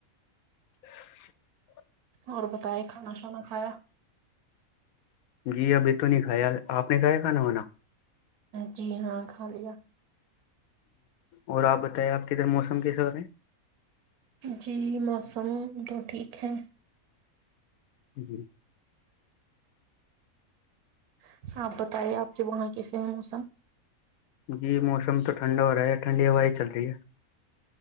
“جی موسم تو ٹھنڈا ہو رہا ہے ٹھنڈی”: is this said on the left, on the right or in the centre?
Left